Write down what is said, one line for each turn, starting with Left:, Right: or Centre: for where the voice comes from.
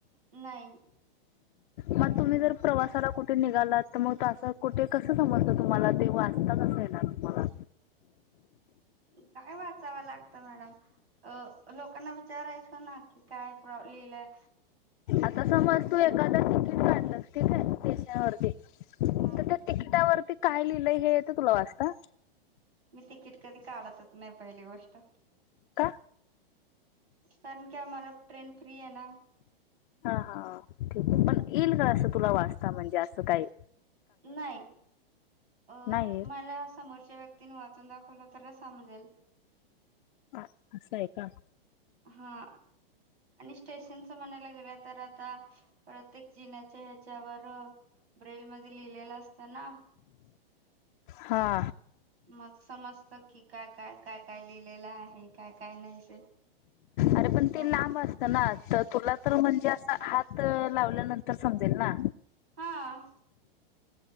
Right: नाही.
Left: मग तुम्ही जर प्रवासाला कुठे निघालात तर मग असं कुठे कसं समजत तुम्हाला ते वाचता कस येणार तुम्हाला
Right: काय वाचावं लागतं मॅडम अ लोकांना विचारायचं ना की काय प्र लिहिलं
Left: आता समज तू एखादा तिकीट काढलंस ठीक आहे स्टेशन वरती
Right: मी
Left: तर ते तिकिटावरती काय लिहिलंय हे येत तुला वाचता
Right: मी तिकीट कधी काढतच नाही पहिली गोष्ट
Left: का
Right: कारण की आम्हाला ट्रेन फ्री आहे ना
Left: हा हा ठीक पण येईल का असं तुला वाचता म्हणजे असं काय
Right: नाही अ
Left: नाही येत
Right: मला समोरच्या व्यक्तीनी वाचून दाखवलं अत समजल
Left: अ असंय का
Right: हा आणि स्टेशनच म्हणायला गेलं तर आता प्रत्येक जिण्याच्या ह्याच्यावर ब्रेल मध्ये लिहिलेलं असत ना
Left: हा
Right: मग समजत की काय काय काय काय लिहिलेला आहे काय काय नाही ते
Left: अरे पण ते
Right: मग
Left: लांब असत ना तर तुला तर म्हणजे अस हात लाव नंतर समजेल ना
Right: हा